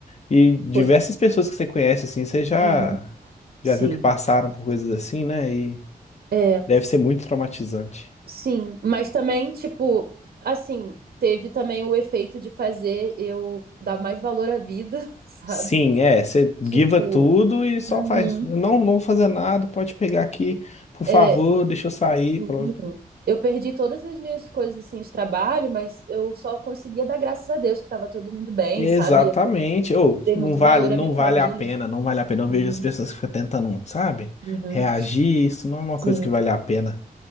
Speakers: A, on the left; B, on the right.
A: E diversas
B: Foi.
A: pessoas que você conhece assim, você já
B: Uhum. Sim.
A: já viu que passaram por coisas assim, né? E
B: É,
A: deve ser muito traumatizante.
B: sim. Mas também, tipo, assim, teve também o efeito de fazer eu dar mais valor à vida, <laughs> sabe?
A: Sim, é, você guiva
B: Tipo,
A: tudo e só
B: uhum.
A: faz, não, não vou fazer nada, pode pegar aqui, por favor,
B: É,
A: deixa eu sair,
B: sim.
A: pronto.
B: Eu perdi todas as minhas coisas assim de trabalho, mas eu só conseguia dar graças a Deus que estava todo mundo bem,
A: Exatamente.
B: sabe? Eu
A: Ou
B: dei
A: não
B: muito
A: vale,
B: valor
A: não
B: à minha família.
A: vale a pena, não vale a pena. Eu
B: Uhum,
A: vejo as pessoas que ficam tentando, sabe?
B: uhum.
A: Reagir, isso não é uma coisa
B: Sim,
A: que vale a pena.